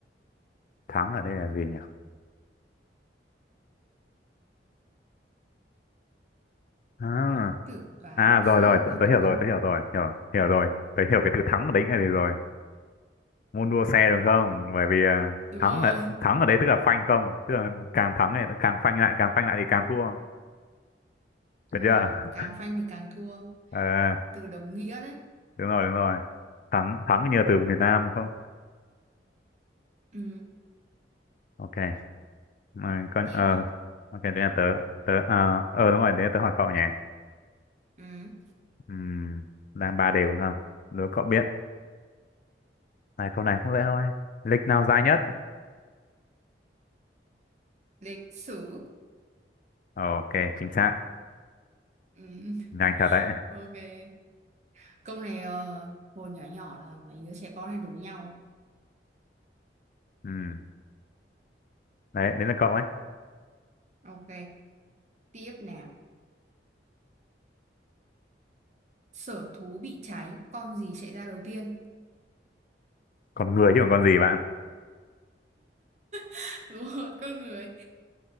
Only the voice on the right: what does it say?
thử đoán
xem
là
có
cái
Đúng
rồi,
đúng
rồi, càng
phanh thì càng thua.
Từ đồng nghĩa đấy.
Ừ,
tiếp
nào.
Ừ,
lịch sử.
Ừ,
ok. Câu này ờ, hồi nhỏ nhỏ là mấy đứa trẻ con hay đố nhau.
Ok, tiếp nào. Sở thú bị cháy, con gì chạy ra đầu tiên?
<laughs> Đúng rồi, con người.